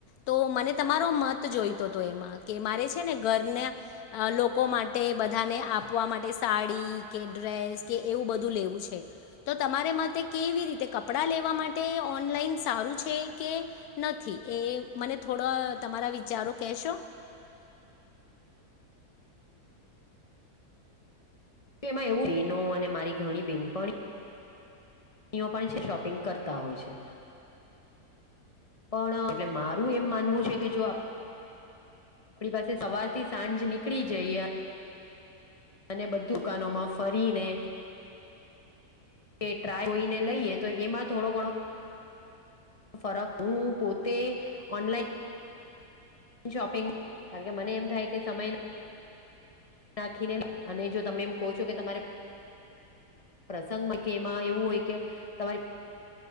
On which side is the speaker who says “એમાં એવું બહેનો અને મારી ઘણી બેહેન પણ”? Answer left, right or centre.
Left